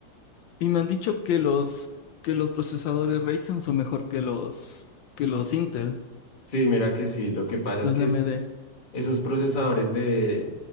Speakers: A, on the left (about 80°); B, on the left (about 30°).
A: Y me han dicho que los, que los procesadores Ryzen son mejor que los, que los Intel,
B: Sí, mira que sí. Lo que pasa
A: los
B: es que
A: de AMD.
B: es- esos procesadores de